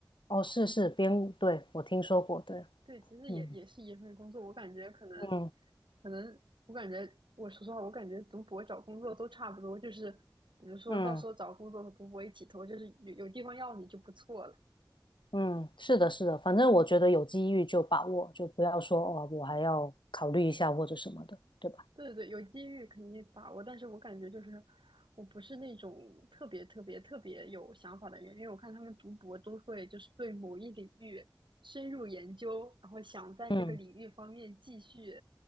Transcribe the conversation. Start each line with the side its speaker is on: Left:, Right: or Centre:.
Left: 哦，是是编，对，我听说过，对，
Right: 对，其实也也是一份工作，
Left: 嗯
Right: 我感觉可能，
Left: 嗯
Right: 可能我感觉，我说实话，我感觉读博找工作都差不多，就是比如说到时候找工作和读博一起投，
Left: 嗯
Right: 就是有有地方要你就不错了。
Left: 嗯，是的，是的，反正我觉得有机遇就把握，就不要说哦，我还要考虑一下或者什么的，对吧？
Right: 对对对，有机遇肯定把握，但是我感觉就是我不是那种特别特别特别有想法的人，因为我看他们读博都会就是对某一领域深入研究，然后想在这个领域方面继续
Left: 嗯